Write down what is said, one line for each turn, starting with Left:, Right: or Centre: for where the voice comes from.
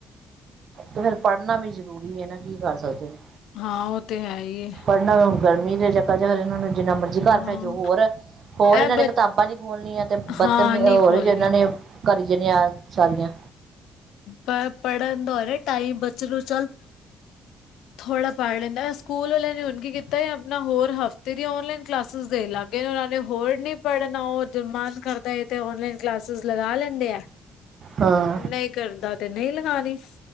Right: ਤੇ ਫੇਰ ਪੜ੍ਹਨਾ ਵੀ ਜ਼ਰੂਰੀ ਐ ਨਾ, ਕੀ ਕਰ ਸਕਦੇ ਨੇ।
Left: ਹਾਂ ਉਹ ਤੇ ਕੇ ਇ ਏ।
Right: ਪੜਨਾ ਗਰਮੀ ਦੇ ਚੱਕਰ ਚ ਇਹਨਾਂ ਨੂੰ ਜਿੰਨਾ ਮਰਜ਼ੀ ਘਰ
Left: ਹਾਂ
Right: ਬਿਠਾਈ ਜਾਓ ਹੋਰ, ਹੋਰ ਇਹਨਾਂ
Left: ਇਹ ਬ
Right: ਨੇ ਕਿਤਾਬਾਂ ਦੀ ਬੋਲਣੀਆਂ ਤੇ ਬਤਮੀ
Left: ਹਾਂ ਨਹੀਂ
Right: ਹੋਰ
Left: ਖੋਲਣੀ
Right: ਉਹਨਾਂ ਨੇ ਕਰੀ ਜਾਣੀਆਂ ਸਾਰੀਆਂ।
Left: ਪਰ ਪੜਨ ਦਾ ਹੋ ਰਿਹਾ ਟਾਈਮ ਬੱਚੇ ਨੂੰ ਚੱਲ। ਥੋੜ੍ਹਾ ਪੜ੍ਹ ਲੈਂਦਾ। ਸਕੂਲ ਵਾਲਿਆਂ ਨੇ ਹੁਣ ਕੀ ਕੀਤਾ ਆਪਣਾ ਹੋਰ ਹਫ਼ਤੇ ਦੀਆਂ ਔਨਲਾਈਨ ਕਲਾਸਿਸ ਦੇਣ ਲੱਗ ਇਹਨਾਂ ਨੇ ਹੋਰ ਨੀ ਪੜ੍ਹਨਾ, ਉਹ ਮਨ ਕਰਦਾ ਤੇ ਨਲਾਈਨ ਕਲਾਸਿਸ ਲਗਾ ਲੈਂਦੇ ਐ।
Right: ਹਾਂ।
Left: ਨੀ ਕਰਦਾ ਤੇ ਨਈ ਲਗਾਣੀ।